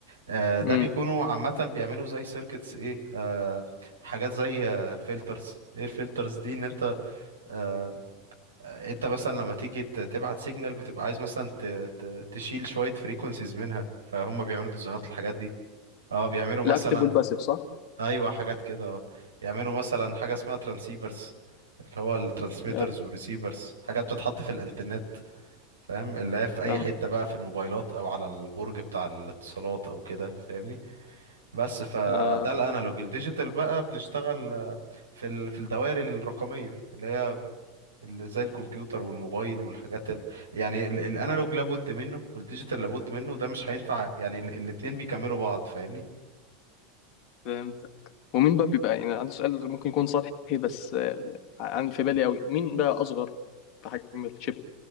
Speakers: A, on the right (about 75°); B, on the left (about 45°).
A: آه ده
B: امم
A: بيكونوا عامه بيعملوا زي سيركتس ايه آه حاجات زي آه فلترز ايه الفلترز دي ان انت آه انت مثلا لما تيجي ت- تبعت سيجنال بتبقى عايز مثلا ت ت تشيل شويه فريكونسيز منها فهم بيعملوا ديزاينات للحاجات دي اه بيعملوا مثلا
B: الاكتف والباسيف صح؟
A: ايوه حاجات كده اه يعملوا مثلا حاجه اسمها ترانسيفرز اللي هو الترانسميترز
B: يا
A: والريسيفرز حاجات بتتحط في الانترنت فاهم اللي هي في اي
B: فاهم
A: حته بقى في الموبايلات او على البرج بتاع الاتصالات او كده فاهمني بس فده
B: آه
A: الانالوج الديجيتال بقى بنشتغل في ال... في الدوائر الرقميه اللي هي اللي زي الكمبيوتر والموبايل والحاجات ال... يعني ال... الانالوج لابد منه والديجيتال لابد منه ده مش هينفع يعني ال... الاتنين بيكملوا بعض فاهمني
B: فهمتك ومين بقى بيبقى يعني عندي سؤال ممكن يكون سطحي بس آه، عن في بالي قوي مين بقى اصغر في حجم الشيب